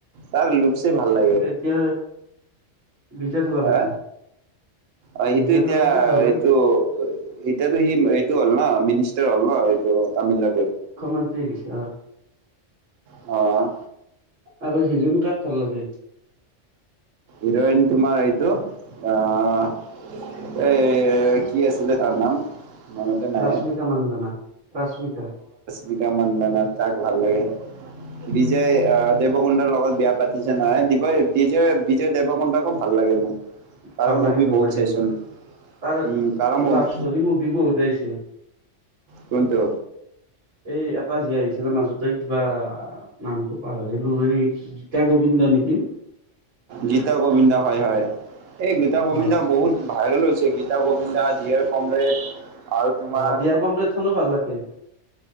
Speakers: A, on the right; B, on the right.
A: তৰ লোক লোকেশ ভাল
B: এতিয়া বিজয় থালাপতি
A: হো অ সিটো
B: বিজয়
A: এতিয়া
B: থালাপতি ভাল লাগে
A: এইটো এতিয়ো সি এইটো হ'ল ন মিনিষ্টাৰ তেওঁ হ'ল ন এইটো তামিলনাডুৰ
B: তাতে গৈছে অ
A: অ
B: আৰু শিৰো কাক ভাল লাগে
A: ইৰেণ্ তোমাৰ এইটো অ এই কি আছিলে তাৰ নাম মনতে নাহে
B: ৰশ্মিকা মান্দনা ৰশ্মিকা
A: মিকা মন্দানা তাক ভাল লাগে বিজয় আহ দেৱকুণ্ডাৰ লগত বিয়া পাতিছে নহয় দিবই বিজয়ই বিজয় দেৱকনতাকো ভাল লাগে মোক তাৰ
B: ভাল
A: মুভি
B: লাগে ভাল
A: বহুত
B: লাগে
A: চাইছো মই
B: তাৰ লভেষ্টৰ
A: উম তাৰ মুভি
B: মোভি বহুত আহিছে
A: কোনটো
B: এই এটা জীয়াই আহিছিলে মাজতে কিবা নামটো পাহৰিলো এই গীতা গোবিন্দা নেকি
A: গীতা গোবিন্দা হয় হয় এই গীতা গোবিন্দা
B: অ
A: বহুত ভাইৰেল হৈছে গীতা কোবিন্দ গ দ হিয়াৰ কমৰেড <unintelligible> তোমাৰ
B: অ দিয়াৰ কম্প্লেট খনো ভাল লাগে তে